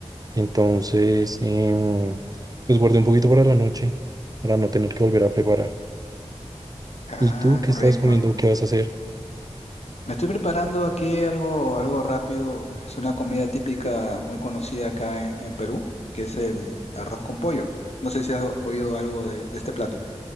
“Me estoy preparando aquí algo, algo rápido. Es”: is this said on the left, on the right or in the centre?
Left